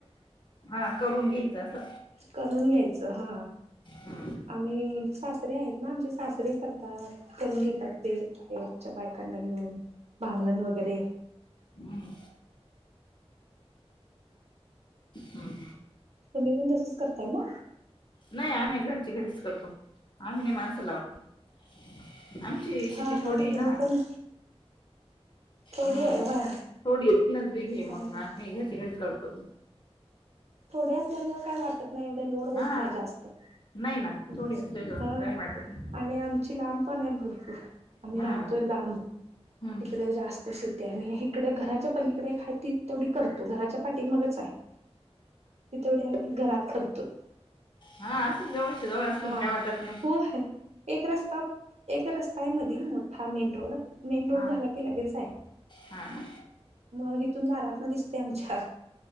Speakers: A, on the left (about 45°); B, on the right (about 75°).
A: हा करून घ्यायचं असं
B: करून घ्यायचं हा
A: हम्म.
B: आम्ही सासरे आहेत ना, आमचे सासरे करतात करून घेतात ते च्या बायकांना घेऊन भांगलण वगैरे
A: हम्म, हम्म,
B: तुम्ही पण तसंच करताय मग?
A: नाही आम्ही घरच्या घरीच करतो आम्ही नाही माणसं लावत आमची शेती
B: हा हा
A: थोडी
B: मग
A: आहे
B: तुम्ही
A: ना,
B: पण थोडी
A: हम्
B: आहे व्हय
A: थोडी एक तीनच बेघे मग
B: हा हा
A: आम्ही घरची घरी करतो. ब.
B: थोडे असल्यामुळे काय वाटत नाही एवढं लोड होत
A: हा
B: नाही जास्त
A: नाही ना
B: घ
A: थोडी असल्या
B: हं
A: काही वाटत नाही.
B: आणि आम ची लांब पण आहे भरपूर. आम्ही
A: हम्म
B: राहतोय लांब.
A: हम्म
B: तिकडे जास्त शेती आणि हिकडे घराच्या पलीकडे एक हाय ती तेवढी करतो घराच्या पाठीमागच आहे ती तेवढी आम्ही घरात कर
A: हां असंच जवळच्या जवळ असल
B: हा
A: म काय वाटत नाही.
B: होय एक रस्ता एक रस्ताय मधी मोठा मेन रोड.
A: हा
B: झाला की लगेच आहे
A: हा ना
B: मग हिथून दारातनं दिसतंय आमच्या